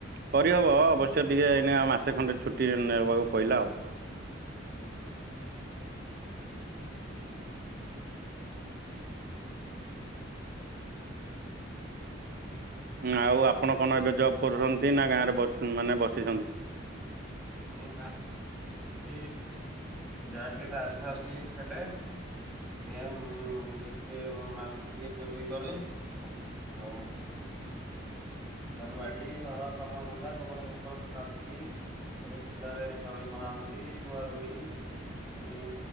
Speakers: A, on the right (about 50°); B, in the centre.
A: କରିହବ ଅବଶ୍ୟ ଟିକେ ଏଇନା ମାସେ ଖଣ୍ଡେ ଛୁଟିରେ ନେ-ରହିବାକୁ ପଇଲା ଆଉ।
B: ଉଁହୁଁ। ହ <inaudible>
A: ହୁଁ ଆଉ ଆପଣ କଣ ଏବେ ଜବ୍ କରୁଛନ୍ତି ନା ଗାଁରେ ବ-ମାନେ ବସିଛନ୍ତି?
B: ମୁଁ ଗାଁରେ ତ ବସିଚି ଇ ଯାହା ଟିକେ ତାସଫାଶ ଟିକେ ଖଳେ। ଇଏ ଉଁ-ଇଏ <unintelligible> ଟିଏ କେବେ କରେ ଆଉ ଲୁ ବାଡି ଘର କାମ ଧନ୍ଧା ଗୋବର ଫୋବର ପକା ପକି ବିଲରେ ତଳି ମରାମରି ରୁଆ ରୁଇ ଇ